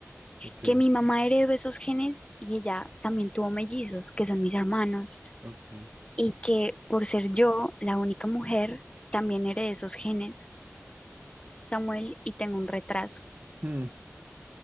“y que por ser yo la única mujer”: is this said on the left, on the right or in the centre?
Left